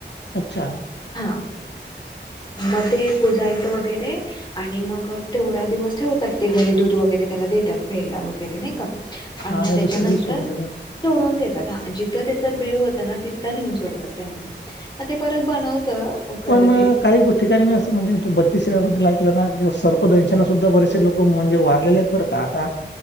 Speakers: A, on the left; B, on the left.
A: अच्छा
B: हां मग ते पुजायचं वगैरे आणि मग तेवढा दिवस ठेवतात ते घरी दुध वगैरे देतात प्यायला वैगरे नाही का आणि
A: हा
B: मग
A: नाही
B: त्याच्यानंतर
A: दुसऱ्या दिवस सोडून देतात
B: सोडून देत जिथं त्याच बिळ होत ना तिथं नेऊन सोडतात त्यांना मग ते परत बनवत खरं
A: पण
B: ते
A: काही ठिकाणी मी असं म्हणजे तो बत्तीसबद्दल सर्प दनशानं सुद्धा बरेसे लोक म्हणजे वारलेले आहेत बरं का आता